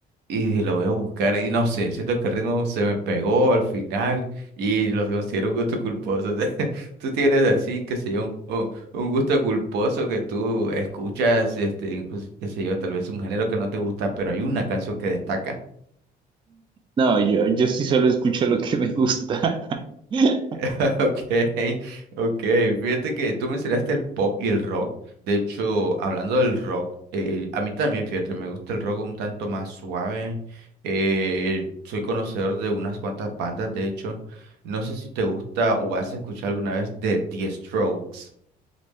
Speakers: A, on the right (about 85°); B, on the right (about 30°).
A: y dije, lo voy a buscar y no sé, siento que el ritmo se me pegó al final y lo considero un gusto culposo. <laughs> Tú tienes así, qué sé yo, un, un- un gusto culposo que tú escuchas, este, incluso, qué sé yo, tal vez un género que no te gusta, pero hay una canción que destaca.
B: No, yo, yo sí solo escucho lo que me gusta. <laughs>
A: <laughs> Ok, ok. Fíjate que tú mencionaste el pop y el rock. De hecho, hablando del rock, eh, a mí también, fíjate, me gusta el rock un tanto más suave. Eh, soy conocedor de unas cuantas bandas, de hecho. No sé si te gusta o has escuchado alguna vez de The Strokes.